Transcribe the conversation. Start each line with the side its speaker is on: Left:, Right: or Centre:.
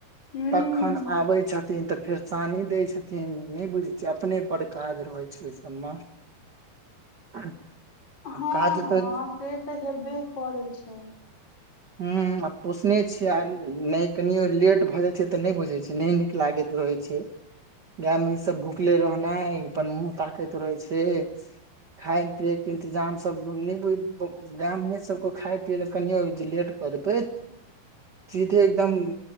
Left: हूँ
Right: तखन आबै छथिन तऽ फेर शानी दै छथिन नहि बुझै छियै अपने बढ़ काज रहै छै ओहि सबम <inaudible>
Left: हँ
Right: काज
Left: हँ
Right: तऽ
Left: से तऽ हेबे करै छै
Right: ह आ पोसने छीयै आ नहि कनियो लेट भए जाय छै तऽ नहि बुझे छै नहि नीक लागैत रहैत छै गाय महिष सब भुखले रहनाइ अपन मुह ताकैत रहे छै खायए पियए के इंतजाम सब ने बुझे छिये गामें सबक खाय पियले कनियो जी लेट क देबै सीधे एकदम